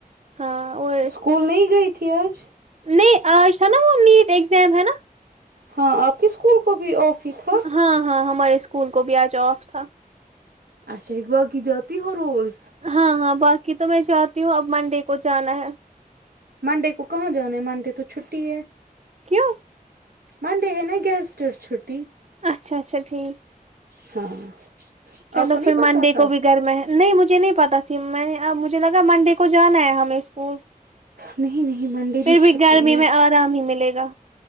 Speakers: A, on the right; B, on the right.
A: ہاں اور
B: اسکول نہیں گئی تھی آج
A: نہیں آج تھا نا وہ نیٹ اگزم ہے نا
B: ہاں آپ کے اسکول کو بھی آف ہی تھا
A: ہاں ہاں ہمارے اسکول کو بھی آج آف تھا
B: اچھا باقی جاتی ہو روز
A: ہاں ہاں باقی تو میں جاتی ہوں اب منڈے کو جانا ہے
B: مانڈے کو کہاں جانا ہے مانڈے تو چھٹی ہے
A: کیوں
B: منڈے ہے نا گیسٹر چھٹی
A: اچھا اچھا ٹھیک
B: ہاں
A: چلو
B: آپ کو نہیں
A: پھر
B: پتا
A: منڈے
B: تھا
A: کو بھی گھر میں ہے نہیں مجھے نہیں پتہ تھی میں اب مجھے لگا منڈے کو جانا ہے ہمیں اسکول
B: نہیں نہیں منڈے
A: پھر بھی
B: چھٹی
A: گرمی
B: ہے
A: میں آرام ہی ملے گا